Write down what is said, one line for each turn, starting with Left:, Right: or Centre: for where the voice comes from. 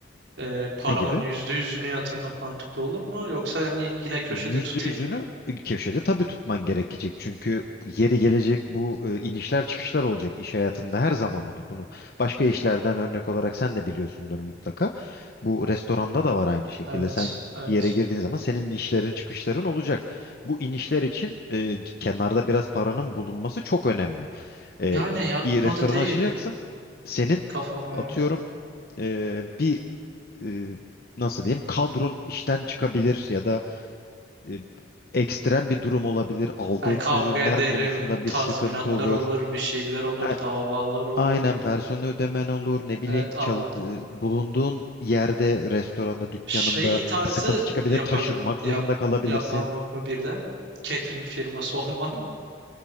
Right: Ee, paramın
Left: Ne gibi?
Right: yüzde yüzünü yatırmak mantıklı olur mu? Yoksa yani yine köşede
Left: Yüzde
Right: tutayım
Left: yüzünü
Right: mı?
Left: köşede tabii tutman gerekecek. Çünkü yeri gelecek bu e, inişler çıkışlar olacak. İş hayatında her zaman olur. Bunu başka işlerden örnek olarak sen de biliyorsundur mutlaka. Bu restoranda da var aynı şekilde.
Right: Evet,
Left: Sen
Right: evet.
Left: bir yere girdiğin zaman senin inişlerin çıkışların olacak. Bu inişler için e, kenarda biraz paranın bulunması çok önemli. E,
Right: Yani yatmadı
Left: bir restoran
Right: değil
Left: açacaksın. Senin
Right: kafama
Left: atıyorum
Right: ya.
Left: e, bir e, nasıl diyeyim kadron işten çıkabilir ya da e, ekstrem bir durum olabilir. Aldığın
Right: Yani kavga
Left: ürünler
Right: ederim,
Left: konusunda
Right: tazminatlar
Left: bir sıkıntı olur.
Right: olur, bir şeyler olur,
Left: A-
Right: davalar olur.
Left: Aynen personel ödemen olur. Ne bileyim
Right: Evet anladım.
Left: çal- e, bulunduğun yerde, restoranda, dükkanında
Right: Şey tarzı
Left: sıkıntı çıkabilir.
Right: yapabil
Left: Taşınmak
Right: yap
Left: zorunda kalabilirsin.
Right: yapmam yok mu birden? Catering firması <laughs> olmam.